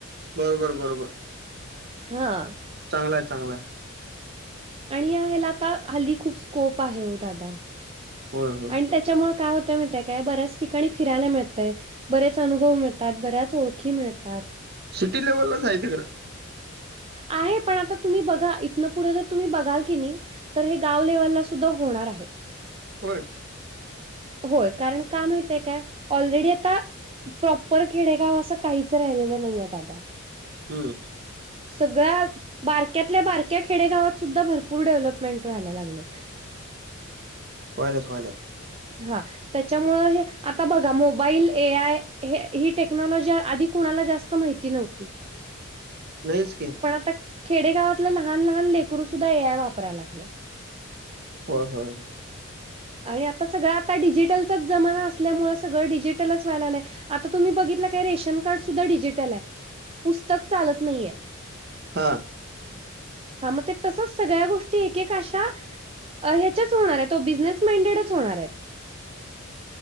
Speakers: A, on the right (about 50°); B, on the right (about 25°).
A: बरोबर बरोबर
B: हा.
A: चांगलाय चांगलंय
B: आणि ह्याला आता हल्ली खूप स्कोप आहे हो दादा
A: होय होय
B: आणि त्याच्यामुळे काय होतय म काय बऱ्याच ठिकाणी फिरायला मिळतंय बरेच अनुभव मिळतात बऱ्याच ओळखी मिळतात
A: सिटी लेव्हलच आहेय खं
B: आहे पण आता तुम्ही बघा इथनं पुढं जर तुम्ही बघाल की नाही तर हे गाव लेव्हलला सुद्धा होणार आहे
A: होय
B: होय कारण का माहितय काय ऑलरेडी आता प्रॉपर खेडेगाव असं काहीच राहिलेलं नाहीय दादा
A: हं
B: सगळ्या बारक्यातल्या बारक्या खेडेगावात सुद्धा भरपूर डेव्हलपमेंट व्हायला लागलेत
A: होयलाच वयला
B: हा त्याच्यामुळे हे आता बघा मोबाईल ए आय हे ही टेक्नॉलॉजी आध कुणाला जास्त माहिती नव्हती
A: नाहीचक
B: पण आता खेडेगावातले लहान लहान लेकरू सुद्धा ए आय वापरायला लागलेय
A: हो हो
B: आणि आता सगळं आता डिजिटलचाच जमाना असल्यामुळें सगळं डिजिटलच व्हायलालं आहे आता तुम्ही बघितलं काय रेशन कार्ड सुद्धा डिजिटल आहे पुस्तक चालत नाहीये
A: हा
B: हा मग ते तसच सगळ्या गोष्टी एकका अशा ह्याच्याच होणार आहे तो बिझनेस माइंडेडच होणार आहेत